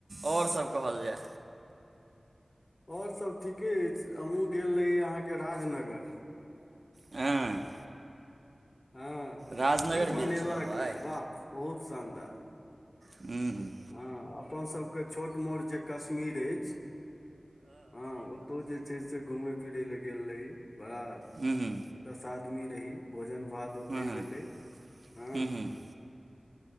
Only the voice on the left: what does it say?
ओर सब ठीके अछि हमहूँ गेल रही आहाँके राजनगर
हँ
की बनेलक
हैं वाह बहुत शानदार
हँ अपनसभके छोट मोट जे कश्मीर अईछ हँ ओतौ जे छै से घुमय फिरै लए गेल रही बड़ा
दस आदमी रही भोजन भात ओते
भेलै हँ